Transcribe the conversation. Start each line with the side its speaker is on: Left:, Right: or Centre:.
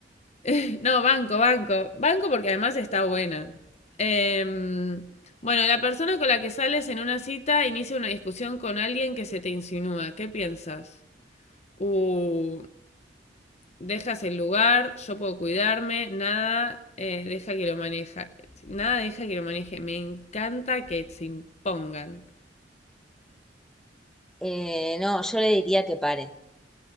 Left: <laughs> No, banco, banco. Banco porque además está buena. Em, bueno, la persona con la que sales en una cita inicia una discusión con alguien que se te insinúa. ¿Qué piensas? Uh, dejas el lugar, yo puedo cuidarme, nada eh, deja que lo maneje nada deja que lo maneje, me encanta que se impongan.
Centre: Eh, no, yo le diría que pare.